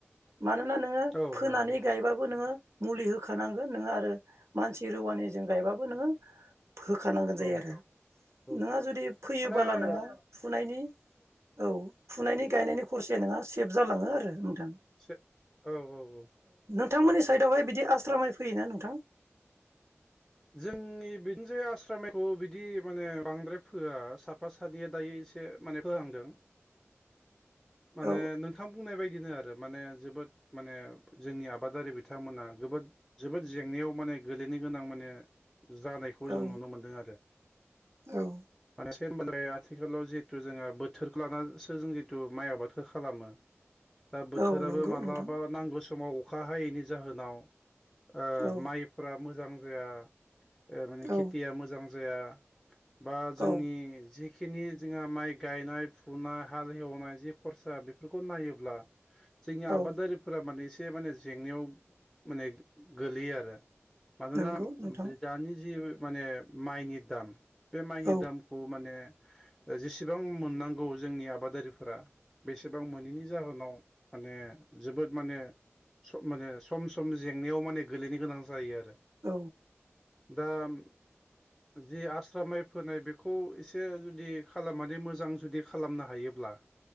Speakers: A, on the right; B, in the centre.
A: मानोना नोङो
B: औ
A: फोनानै
B: औ औ
A: गायबाबो नोङो मुलि होखानांगोन नोङो आरो मानसि रुवानिजों गायबाबो नोङो होखानांगोन जायो
B: औ
A: आरो। नोंहा
B: औ
A: जुदि फोयोबाला
B: माने औ
A: नों फुनायनि औ फुनायनि गायनायनि खरसाया नङा सेभ जालाङो आरो। नोंथां
B: <unintelligible> औ औ औ
A: बिथांमोननि साइदआवहाय बिदि आस्रा माय फैयोना नोंथां?
B: जोंनि बिनो जे आस्रा माइखौ बिदि माने बांद्राय फोआ साफा सानैया दायो एसे माने फोहांदों। माने
A: औ
B: नोंथां बुंनाय बायदिनो आरो। माने जोबोद माने जोंनि आबादारि बिथांमोना जबोद जोबोद जेंनायाव माने गोलैनाय गोनां माने जानायखौ
A: औ
B: जों नुनो मोनदों आरो।
A: औ
B: <unintelligible> आथिखालाव जितु जोंहा बोथोरखौ लानासो जों जितु माइ आबादखौ खालामो। दा बोथोराबो
A: औ नंगौ
B: माब्लाबा
A: नोंथां
B: नांगौ समाव अखा हायैनि जाहोनाव ओ
A: औ
B: माइफोरा मोजां जाया, ओ माने
A: औ
B: खेथिया मोजां जाया बा जोंनि
A: औ
B: जि खिनि जोंहा माइ गायनाय फुनाय हाल एवनाय जि खरसा बेफोरखौ नायोब्ला जोंनि
A: औ
B: आबादारिफोरा माने एसे माने जेंनायाव माने गोलैयो आरो। मानोना
A: नंगौ नोंथां
B: दानि जि माने माइनि दाम बे माइनि
A: औ
B: दामखौ माने ओ जेसेबां मोननांगौ जोंनि आबादारिफोरा बेसेबां मोनैनि जाहोनाव माने जोबोद माने स- माने सम सम जेंनायाव माने गोलैनो गोनां जायो आरो।
A: औ
B: दा <inaudible> जि आ स्रा माय फोनाय बेखौ एसे जुदि खालामनानै मोजां जुदि खालामनो हायोब्ला